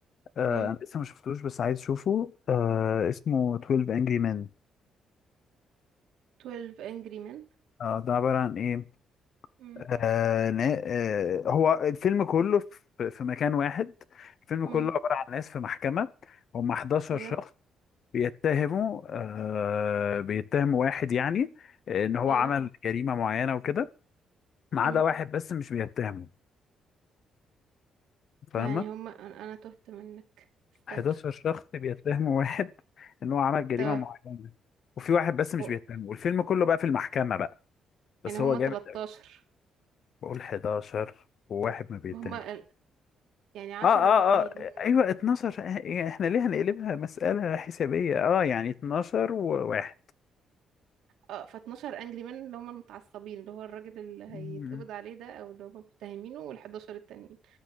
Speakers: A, on the left; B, on the right.
A: آه
B: مم.
A: أنا لسه ما شفتوش بس عايز أشوفه آه اسمه 12 Angry Men
B: 12 Angry Men
A: آه ده عبارة عن إيه
B: مم.
A: آه نا- آه هو الفيلم كله في في مكان واحد الفيلم
B: مم.
A: كله عبارة عن ناس في محكمة هم 11
B: أيوه
A: شخص بيتهموا آه بيتهم واحد يعني ان هو
B: أيوه
A: عمل جريمة معينة وكده ما
B: مم.
A: عدا واحد بس مش بيتهمه فاهمة
B: يعني هما أنا أنا تهت منك استنى
A: 11 شخص بيتهموا واحد <laughs> ان هو عمل جريمة
B: طب-
A: معينة وفي واحد بس مش
B: أو-
A: بيتهمه والفيلم كله بقى في المحكمة بقى بس
B: يعني هما
A: هو جامد
B: 13
A: قوي بقول 11 وواحد ما بيتهم
B: ما هما ال- يعني عشرة
A: اه اه
B: بيتهموه
A: اه ايوه 12 إيه، احنا ليه هنقلبها مسألة حسابية اه يعني 12 وواحد
B: اه ف 12 انجري مان اللي هم المتعصبين اللي هو الراجل اللي هيتقبض
A: مم.
B: عليه ده او اللي هم متهمينه وال11 التانيين